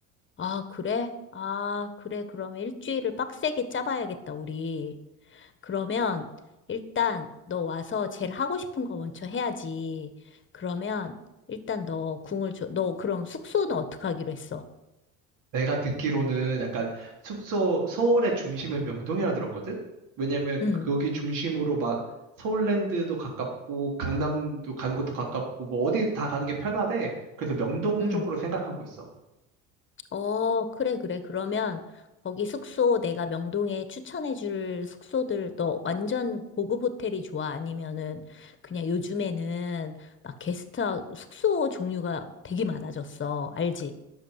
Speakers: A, on the left; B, on the right.
A: 아, 그래? 아, 그래. 그러면 일주일을 빡세게 짜봐야겠다, 우리. 그러면 일단 너 와서 제일 하고 싶은 거 먼저 해야지. 그러면 일단 너 궁을 줘. 너 그럼 숙소는 어떻게 하기로 했어?
B: 내가 듣기로는 약간 숙소, 서울의 중심은 명동이라 들었거든? 왜냐면
A: 응,
B: 거기 중심으로 막 서울랜드도 가깝고 강남도 가는 것도 가깝고 뭐 어디 다 가는 게 편하대. 그래서 명동
A: 응.
B: 쪽으로 생각하고 있어.
A: 어, 그래, 그래. 그러면 거기 숙소 내가 명동에 추천해 줄 숙소들 너 완전 고급 호텔이 좋아? 아니면은 그냥 요즘에는 막 게스트하우스 숙소 종류가 되게 많아졌어. 알지?